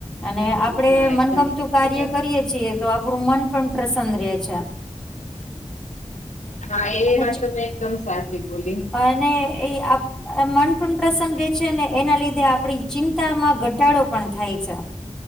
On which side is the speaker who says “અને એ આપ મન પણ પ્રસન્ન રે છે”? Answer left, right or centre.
Centre